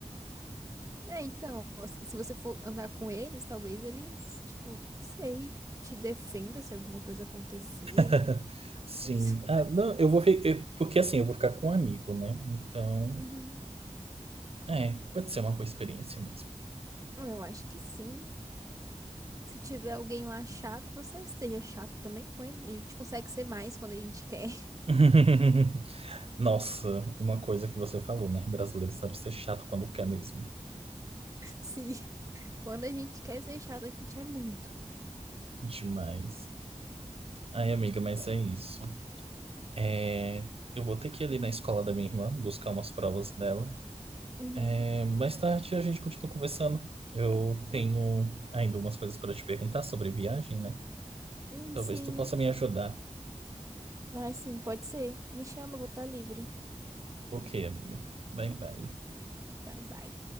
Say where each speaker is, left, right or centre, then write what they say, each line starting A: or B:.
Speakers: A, on the right (about 25°); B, on the right (about 50°).
A: É, então, ó, se você for andar com eles, talvez eles, tipo, sei, te defenda se alguma coisa acontecer.
B: <laughs> Sim.
A: Ups.
B: Ah, não, eu vou fi- eu- porque assim, eu vou ficar com um amigo, né? Então,
A: Uhum.
B: é, pode ser uma boa experiência mesmo.
A: Eu acho que sim. Se tiver alguém lá chato, você esteja chato também com ele. A gente consegue ser mais quando a gente quer.
B: <laughs> Nossa, uma coisa que você falou, né? Brasileiro sabe ser chato quando quer mesmo.
A: <laughs> Sim. Quando a gente quer ser chato, a gente é muito.
B: Demais. Ai, amiga, mas é isso. É, eu vou ter que ir ali na escola da minha irmã buscar umas provas dela.
A: Uhum.
B: É, mais tarde a gente continua conversando. Eu
A: Hum,
B: tenho ainda umas coisas para te perguntar sobre viagem, né?
A: hum,
B: Talvez
A: Sim.
B: tu possa me ajudar.
A: Ai, sim, pode ser. Me chama, eu vou estar livre.
B: Ok, amiga. Bye, bye.
A: Bye, bye.